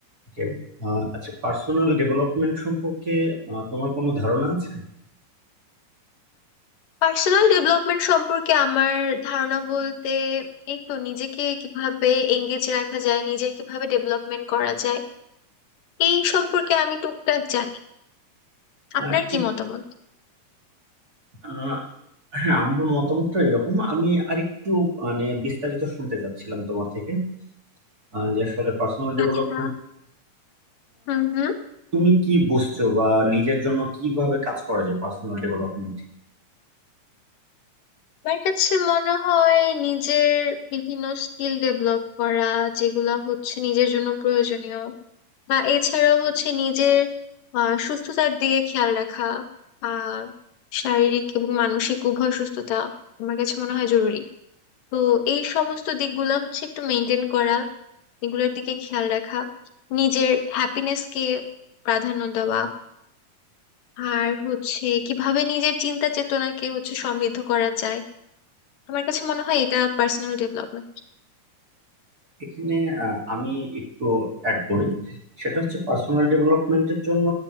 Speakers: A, on the right; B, on the left.
A: ওকে আচ্ছা personal development সম্পর্কে আহ, তোমার কোনো ধারণা আছে
B: Personal development সম্পর্কে আমার ধারণা বলতে এই তো নিজেকে কিভাবে এঙ্গেজ রাখা যায় নিজের কিভাবে ডেভেলপমেন্ট করা যায় এই সম্পর্কে আমি টুকটাক জানি আপনার
A: আহ,
B: কি
A: এক-
B: মতামত
A: আহ, হ্যাঁ আমার মতামতটা এরকম আমি আরেকটু মানে বিস্তারিত শুনতে চাচ্ছিলাম তোমার থেকে আহ, যে আসলে পার্সোনাল ডেভেলপমেন্ট
B: আচ্ছা হুম হুম
A: তুমি কি বুঝছো বা নিজের জন্য কিভাবে কাজ করা যায় পার্সোনাল ডেভেলপমেন্ট
B: আমার কাছে মনে হয় নিজের বিভিন্ন স্কিল ডেভেলপ করা যেগুলা হচ্ছে নিজের জন্য প্রয়োজনীয় বা এছাড়াও হচ্ছে নিজের আহ, সুস্থতার দিকে খেয়াল রাখা আর শারীরিক এবং মানসিক উভয় সুস্থতা আমার কাছে মনে হয় জরুরি তো এই সমস্ত দিকগুলো হচ্ছে একটু মেনটেন করা এগুলোর দিকে খেয়াল রাখা নিজের হ্যাপিনেসকে প্রাধান্য দেওয়া আর হচ্ছে কিভাবে নিজের চিন্তা চেতনাকে হচ্ছে সমৃদ্ধ করা যায় আমার কাছে মনে হয় এটা পার্সোনাল ডেভেলপমেন্ট
A: এখানে আহ, আমি একটু অ্যাড করি সেটা হচ্ছে পার্সোনাল ডেভেলপমেন্টের জন্য